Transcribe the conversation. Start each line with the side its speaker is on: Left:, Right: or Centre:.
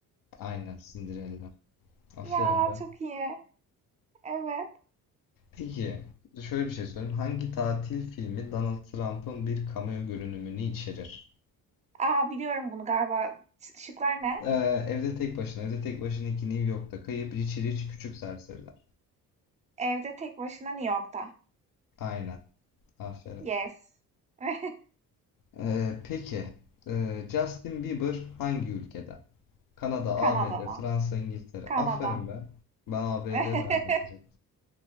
Left: Aynen Cinderella. Aferin
Right: Ya,
Left: be.
Right: çok iyi. Evet.
Left: Peki şöyle bir şey sorayım. Hangi tatil filmi Donald Trump'ın bir cameo görünümünü içerir?
Right: Aa biliyorum bunu galiba. Ş- Şıklar ne?
Left: Ee, Evde Tek Başına, Evde Tek Başına 2 New York'ta Kayıp, Richie Rich, Küçük Serseriler.
Right: Evde tek başına New York'ta.
Left: Aynen. Aferin.
Right: Yes. <laughs>
Left: Ee, peki ee, Justin Bieber hangi ülkeden? Kanada,
Right: Kanada'da.
Left: ABD, Fransa, İngiltere.
Right: Kanada.
Left: Aferin be. Ben ABD
Right: <laughs>
Left: derdim direkt.